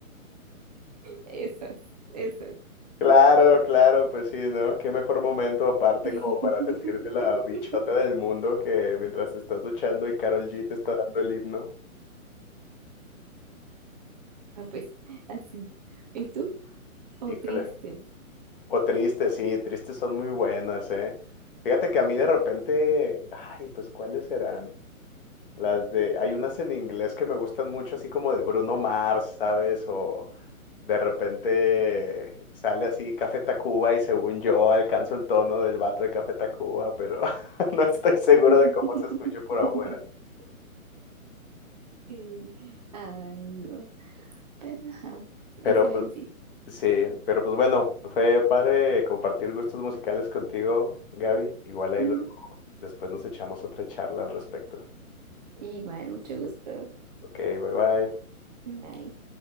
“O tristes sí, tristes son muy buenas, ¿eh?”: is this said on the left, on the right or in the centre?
Left